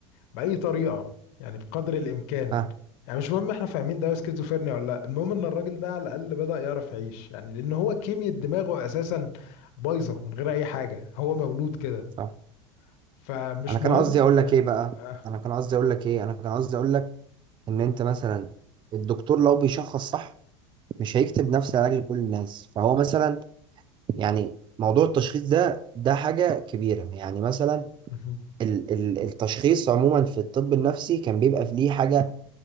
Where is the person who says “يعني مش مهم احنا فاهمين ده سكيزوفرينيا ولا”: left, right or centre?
Left